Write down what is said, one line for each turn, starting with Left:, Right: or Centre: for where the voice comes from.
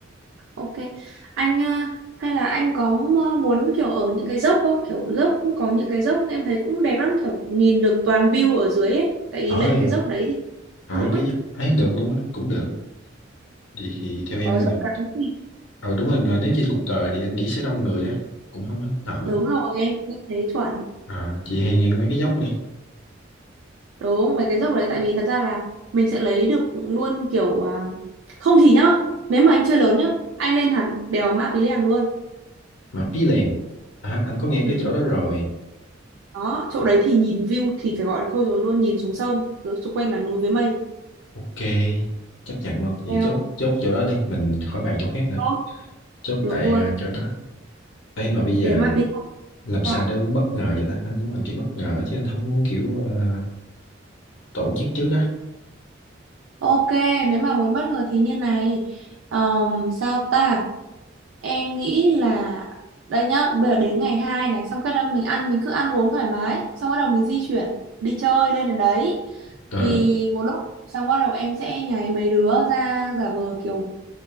Right: ok anh ờ, hay là anh có m- muốn kiểu ở những cái dốc không kiểu dốc cũng có những cái dốc em thấy cũng đẹp lắm kiểu nhìn được toàn view ở dưới ấy tại vì
Left: ờ
Right: lên cái dốc đấy thì
Left: À,
Right: lũng
Left: cái
Right: ấy
Left: ấy được luôn á, cũng được. Vậy thì theo
Right: có
Left: em rồi.
Right: dốc cắn thì
Left: Ờ đúng rồi, là nếu trên cục cờ thì anh nghĩ sẽ đông người á, cũng không hết hợp lắm.
Right: đúng rồi em cũng thấy chuẩn
Left: À, chị hay nghe mấy cái dốc này,
Right: đúng mấy cái dốc đấy tại vì thật ra là mình sẽ lấy được luôn kiểu à, không thì nhá nếu mà anh chơi lớn nhá anh lên hẳn đèo Mã Pí Lèng luôn
Left: mà Pí lèn À, anh có nghe
Right: ừ
Left: cái chỗ đó rồi.
Right: Đó, chỗ đấy thì nhìn view thì phải gọi là thôi rồi luôn, nhìn xuống sông, rồi xung quanh là núi với mây.
Left: Ok, chấp nhận luôn. Vậy
Right: Nghe
Left: chốt,
Right: không?
Left: chốt chỗ đó đi, mình khỏi bàn chỗ khác nữa.
Right: Tốt,
Left: Chốt
Right: được
Left: tại
Right: luôn.
Left: à, chỗ đó. Ê mà bây giờ
Right: Để mà phía
Left: làm sao
Right: sau
Left: để bất ngờ vậy ta? Anh muốn làm kiểu bất ngờ chứ anh không muốn kiểu ờ, tổ chức trước á.
Right: Ok, nếu mà muốn bất ngờ thì như này. Ờm, sao ta? Em nghĩ là đây nhá, bây giờ đến ngày 2 này xong cái đó mình ăn mình cứ ăn uống thoải mái, xong bắt đầu mình di chuyển đi chơi lên đến đấy.
Left: Ờ,
Right: Thì một lúc xong bắt đầu em sẽ nháy mấy đứa ra giả vờ kiểu